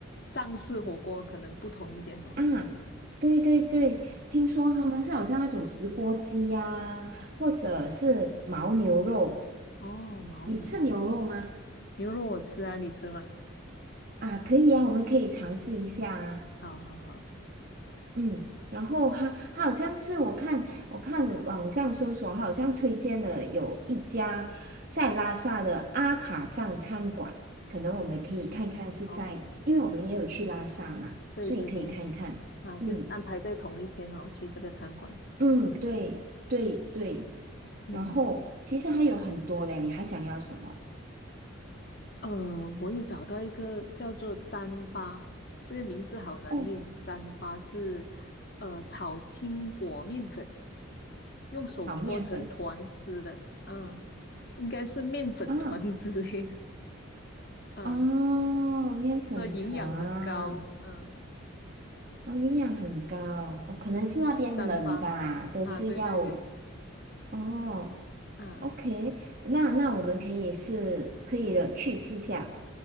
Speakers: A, on the left (about 50°); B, on the right (about 45°).
A: 藏式火锅可能不同一点哦。
B: 啊，对对对，听说他们是好像那种石锅鸡呀、或者是牦牛肉。
A: 哦，牦牛
B: 你吃牛肉吗？
A: 牛肉我吃啊，你吃吗？
B: 啊，可以啊，我们可以尝试一下啊。
A: 好好好，
B: 嗯，然后他他好像是我看我看网站搜索，他好像推荐了有一家在拉萨的阿卡藏餐馆，可能我们可以看看是在，
A: 嗯，哦，
B: 因为我们也有去拉萨嘛，
A: 对对对，
B: 所以可以看看。
A: 啊，
B: 嗯
A: 就安排在同一天哦，去这个餐馆。
B: 嗯，对对对，
A: 嗯，
B: 然后其实还有很多嘞，你还想要什么？
A: 呃，我有找到一个叫做糌粑，这个名字好难念。
B: 哦，
A: 糌粑是呃炒青果面粉，用手搓成团吃的。
B: 炒面粉
A: 嗯，应该是面粉团
B: 啊，
A: <laughs> 之类的嗯，
B: 哦，面粉团，
A: 听说营养很高。嗯，
B: 哦，营养很高，哦，可能是那边冷吧，
A: 糌粑
B: 都是要
A: 啊，对对对，
B: 哦
A: 嗯
B: ，OK，那那我们可以是可以的去试下，